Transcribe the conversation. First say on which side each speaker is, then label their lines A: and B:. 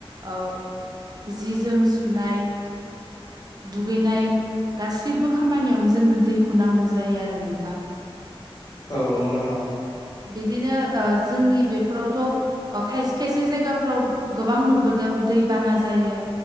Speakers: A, on the right (about 40°); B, on the left (about 40°).
A: ओ जि जोम सुनाय दुगैनाय गासिब्बो खामानियावनो जोंनो दैखौ नांगौ जायो आरो नोंथां।
B: औ नोंगौ नोंथां।
A: बिदिनो ओ जोंनि बेफोरावथ' ओ खायसे खायसे जायगाफ्राव गोबां नुबोदों दैबाना जायो।